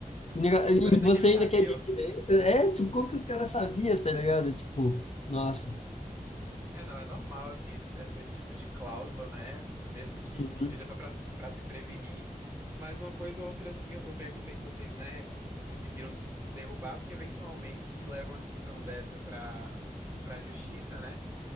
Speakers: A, on the right (about 15°); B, on the left (about 50°).
A: <laughs>
B: E nega- e
A: Parece
B: você
A: que eles
B: ainda
A: sabiam.
B: quer de direito? É, tipo, como que os caras sabiam, tá ligado? Tipo,
A: É.
B: nossa.
A: É, não, é normal, assim, esse, esse tipo de cláusula, né? Mesmo que,
B: Uhum.
A: enfim, seja só pra, pra se prevenir. Mas uma coisa ou outra, assim, eu eu perguntei se vocês, né, conseguiram derrubar, porque eventualmente se leva uma discussão dessa pra, pra justiça, né?